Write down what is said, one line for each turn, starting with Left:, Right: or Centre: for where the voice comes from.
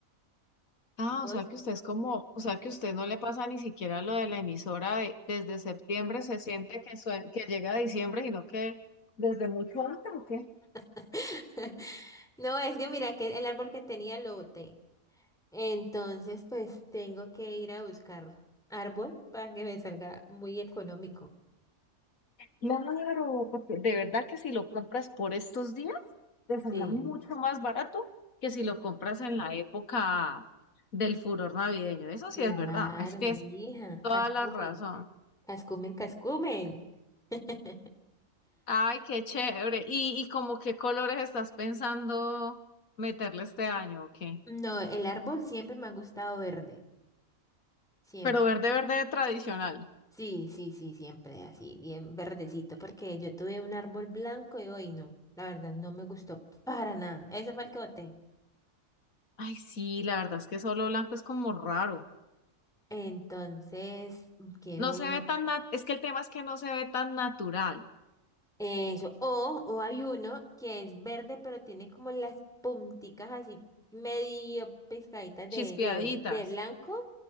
Left: Ah,
Centre: ¿Vos?
Left: o sea que usted es como, o sea que usted no le pasa ni siquiera lo de la emisora de desde septiembre se siente que, sue- que llega diciembre, sino que desde mucho antes, ¿o qué?
Centre: <laughs> No, es que mira que el árbol que tenía lo boté. Entonces, pues tengo que ir a buscar árbol para que me salga muy económico.
Left: Claro, porque de verdad que si lo compras por estos días, te sale
Centre: Sí,
Left: mucho más barato que si lo compras en la época del furor navideño. Eso
Centre: claro,
Left: sí es verdad. Así que
Centre: mija,
Left: es Toda
Centre: cascume.
Left: la razón.
Centre: Cascumen, cascumen. <laughs>
Left: Ay, qué chévere. ¿Y, y como qué colores estás pensando meterle este año o qué?
Centre: No, el árbol siempre me ha gustado verde. Siempre.
Left: Pero verde, verde tradicional.
Centre: Sí, sí, sí, siempre así, bien verdecito, porque yo tuve un árbol blanco y hoy no. La verdad, no me gustó para nada. Ese fue el que boté.
Left: Ay, sí, la verdad es que solo blanco es como raro.
Centre: Entonces, mm, quiero
Left: No
Centre: uno.
Left: se ve tan nat- es que el tema es que no se ve tan natural.
Centre: Eso. O, o hay uno que es verde, pero tiene como las punticas así medio pescaditas de,
Left: Chispeaditas.
Centre: de, de blanco,